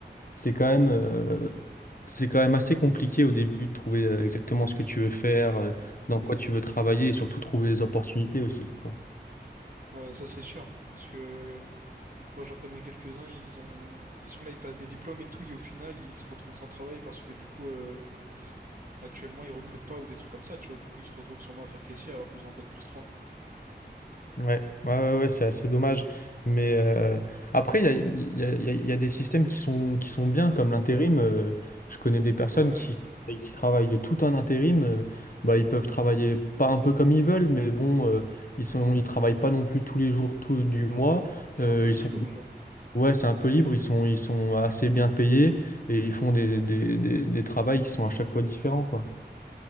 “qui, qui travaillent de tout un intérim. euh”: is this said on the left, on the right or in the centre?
Left